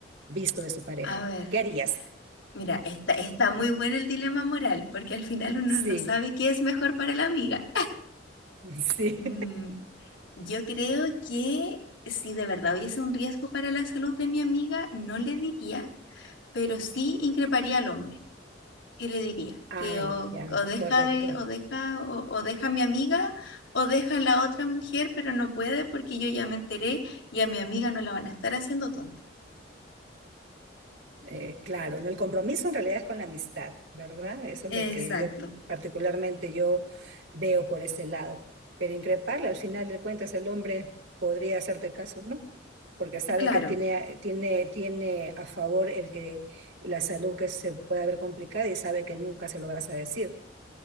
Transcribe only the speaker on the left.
A ver.
Mira, está, está muy bueno el dilema moral, porque al final uno
no sabe qué es mejor para la amiga.
Mm,
yo creo que si de verdad hubiese un riesgo para la salud de mi amiga, no le diría, pero sí increparía al hombre y le diría
que o,
o deja
de, o deja, o, o deja a mi amiga, o deja a la otra mujer, pero no puede porque yo ya me enteré y a mi amiga no la van a estar haciendo tonta.
Exacto.
Claro.